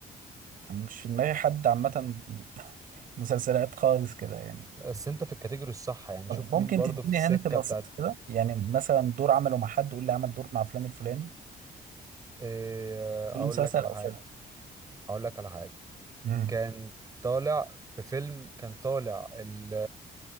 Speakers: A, on the right; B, on the right.
A: أنا مش في دماغي حد عامة <laughs> مسلسلات خالص كده يعني
B: بس انت في الكاتيجوري الصح يعني
A: طب
B: شوف
A: ممكن
B: مين برضه
A: تديني
B: في السكة
A: هنت بسيط
B: بتاعت
A: كده يعني مثلا دور عمله مع حد قول لي عمل دور مع فلان الفلاني
B: آه، اقول
A: قول لي مسلسل
B: لك على
A: او
B: حاجة
A: فيلم
B: اقول لك على حاجة
A: امم
B: كان طالع في فيلم كان طالع ال-